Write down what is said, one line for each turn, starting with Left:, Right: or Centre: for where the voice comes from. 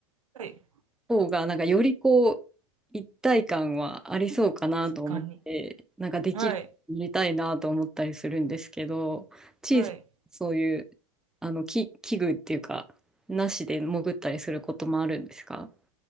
Right: はい。
Centre: 方が、なんかよりこう、一体感はありそうかなと思って、
Right: 確かに。
Centre: なんかできる、
Right: はい。
Centre: やりたいなと思ったりするんですけど、小さなそういう、
Right: はい。
Centre: あの、き器具っていうか、なしで潜ったりすることもあるんですか